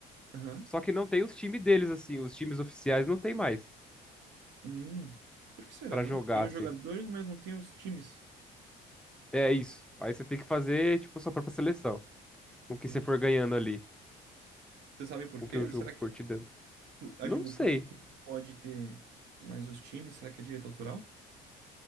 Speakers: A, on the right (about 80°); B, in the centre.
A: Aham.
B: só que não tem os times deles, assim. Os times oficiais não tem mais
A: Hum, por que será,
B: pra
A: né?
B: jogar,
A: Tem
B: assim.
A: os jogadores, mas não tem os times.
B: É isso. Aí você tem que fazer, tipo, sua própria seleção. Com
A: Entendi.
B: o que você for ganhando ali.
A: Você sabe por
B: Com
A: quê?
B: o que o jogo
A: Será
B: for
A: que.
B: te dando.
A: por- Ah,
B: Não
A: digo,
B: sei.
A: por que que não pode ter mais os times? Será que é direito autoral?